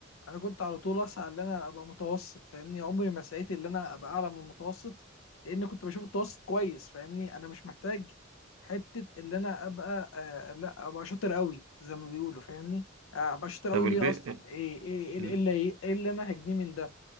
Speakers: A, on the left (about 80°); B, on the right (about 85°).
A: انا كنت على طول اسعى ان انا ابقى متوسط فاهمني عمري ما سعيت ان انا ابقى اعلى من المتوسط لان كنت بشوف التوسط كويس فاهمني انا مش محتاج حته ان انا ابقى أه لا ابقى شاطر قوي زي ما بيقولوا فاهمني آه، ابقى شاطر
B: طب
A: قوي ليه
B: البيت
A: اصلا ايه ايه ايه
B: ال...
A: إيه اللي إيه اللي انا هجنيه من ده